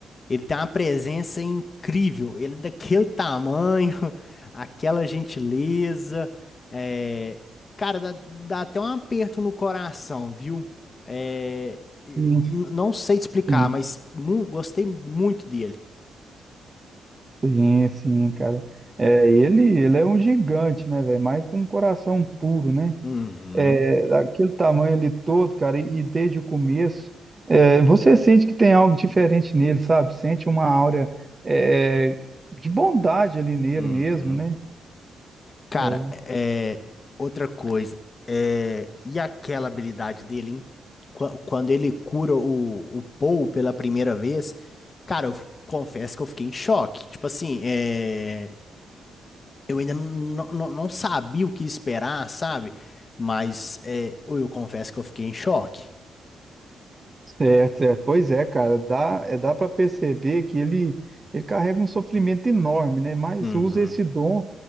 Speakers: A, on the left; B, on the right.
A: ele tem uma presença incrível. Ele é daquele tamanho, <laughs> aquela gentileza. é, Cara, dá, dá até um aperto no coração, viu? É, e-
B: Sim,
A: n- Não sei te explicar,
B: sim,
A: mas mu- gostei muito dele.
B: sim, sim, cara. É, ele, ele é um gigante, né, velho, mas com um coração puro, né?
A: Uhum,
B: é, daquele tamanho ali todo, cara, e, e desde o começo, é, você sente que tem algo diferente nele, sabe? Sente uma áurea, é, de bondade ali nele
A: uhum.
B: mesmo, né?
A: Cara,
B: É,
A: é, outra coisa. é, e aquela habilidade dele, hein? Qua- Quando ele cura o, o Paul pela primeira vez, cara, eu f- confesso que eu fiquei em choque. Tipo assim, é, eu ainda não, não, não sabia o que esperar, sabe? Mas é, eu confesso que eu fiquei em choque.
B: Certo, certo. Pois é, cara, dá, é, dá para perceber que ele, ele carrega um sofrimento enorme, né? Mas
A: Uhum,
B: usa esse dom